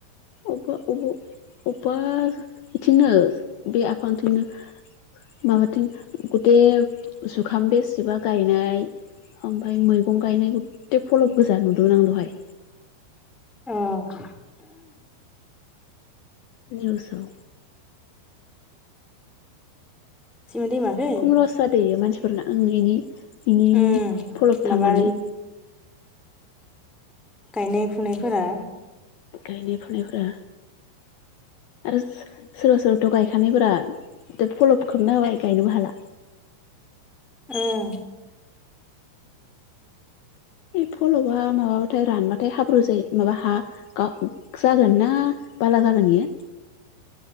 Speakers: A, on the left; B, in the centre.
A: अबे अबेबा इथिंनो बे आफांथिंनो। माबाथिं गथे जुखाम बेसेबा गायनाय। ओमफाय मैगं गायनायखो थे फलब गोजा नुदोंमोन आं दहाय।
B: औ
A: निउसाव।
B: सिमोन दैमाखै
A: खम लस जादो इयो मानसिफोरना ओं इनि इनि
B: उम
A: फलब
B: माबा
A: थांनानै।
B: गायनाय फुनायफोरा।
A: गायनाय फुनायफोरा आरो सो सोरबा सोरबा। थ' गायखानायफोरा फल'ब खोबना होबाय गायनोबो हाला।
B: उम
A: बे फलवा माबाबाथाय रानबाथाय हाब्रु जायो माबा हा गा जागोन ना? बाला जागोन इयो।